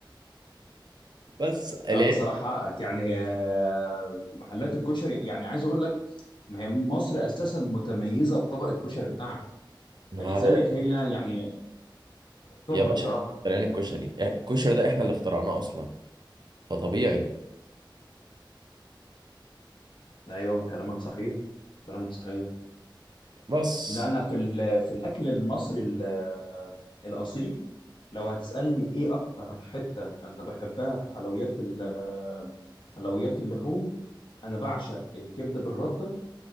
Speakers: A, on the right; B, on the left.
A: بس
B: لا
A: العيب
B: بصراحه حقك يعني آه، محلات الكشري يعني عايز اقول لك ما هي مصر اساسا متميزه بطبق الكشري بتاعها
A: ما-
B: فلذلك هي يعني توب
A: يا باشا
B: بصراحه
A: اخترعين الكشري الكشري ده احنا اللي اخترعناه اصلا فطبيعي
B: ايوه كلامك صحيح كلامك صحيح
A: بس
B: لا انا في ال- في الاكل المصري ال- آه، الاصيل لو هتسالني ايه اكتر حته انا بحبها في حلويات ال- آه، حلويات اللحوم انا بعشق الكبده بالرده